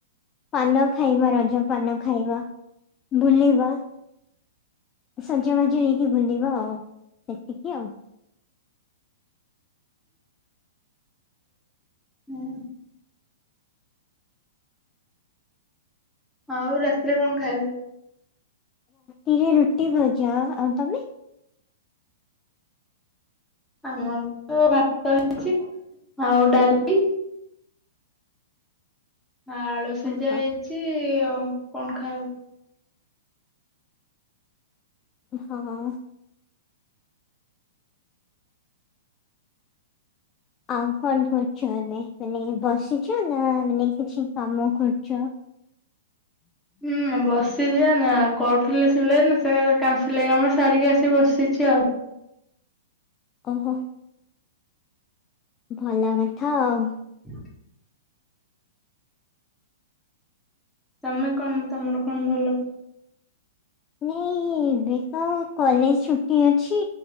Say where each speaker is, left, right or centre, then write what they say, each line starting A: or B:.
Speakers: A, on the left (about 25°); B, in the centre.
A: ପାନ ଖାଇବା ରଜ ପାନ ଖାଇବା ବୁଲିବା। ସଜବାଜ ହେଇକି ଭୁଲିବ ଆଉ ସେତିକି ଆଉ।
B: ହୁଁ ଆଉ ରାତିରେ କଣ ଖାଇବ?
A: ରେ ରୁଟି ଭଜା ଆଉ ତାବେ
B: ଆମର ତ ଭାତ ହେଇଛି ଆଉ ଡାଲି ଆଳୁ ସିଝା
A: ଓହୋ
B: ହେଇଛି। ସେ ଆଉ କଣ ଖାଇବ?
A: ହଁ। ଆଉ କଣ କରୁଛ ଆମେ ମାନେ ବସିଛ ନା ମାନେ କିଛି କାମ କରୁଛ?
B: ହୁଁ ବସ୍ <unintelligible> କରୁଥିଲେ ସିଲେଇ ନା ସେ କାଲି <unintelligible> ସାରିକି ଆସିକି ବସିଛି ଆଉ।
A: ଓହୋ। ଭଲ କଥା ଆଉ।
B: ହୁଁ ତମେ କଣ ତମର କଣ ଭଲ?
A: ନାଇ ଏବେ ତ କଲେଜ ଛୁଟି ଅଛି